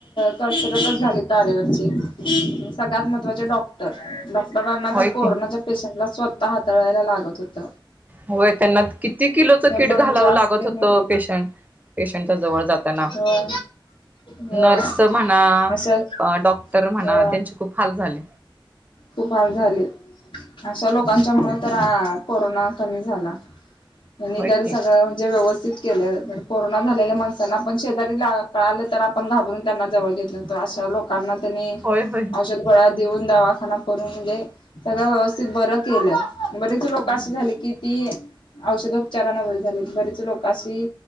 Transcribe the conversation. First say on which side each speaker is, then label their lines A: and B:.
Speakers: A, on the left; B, on the right.
A: कसरतच झाली तरेवरची सगळ्यात महचे डॉक्टर डॉक्टरांना
B: होय
A: तर कोरोनाच्या
B: की
A: पेशंटला स्वतः हाताळायला लागत होत.
B: होय त्यांना किती किलोचं किट
A: पण
B: घालावं
A: जास्त
B: लागत होतं
A: मेली
B: पेशंट पेशंट जवळ जाताना.
A: होय होय
B: नर्स म्हणा
A: अशा
B: डॉक्टर म्हणा
A: होय
B: त्यांचे खूप हाल झाले.
A: खूप हाल झाले अशा लोकांच्या
B: होय
A: मु ह कोरोना कमी झाला आणितर
B: होय की
A: सगळं म्हणजे व्यवस्थित व केलं तर कोरोना झालेल्या माणसांना आपण शेजारीला कळालं तर आपण घाबरून त्यांना जवळ घेत नव्हतो अशा लोक ना त्यांनी
B: होय होय
A: औषध, गोळ्या देऊन दवाखाना करून म्हणजे सगळं व्यवस्थित बर केलं. बरेच लोक
B: हम्म
A: अशी झाले की ती औषधोपचाराना बरे झालेत बरीेच लोकांशी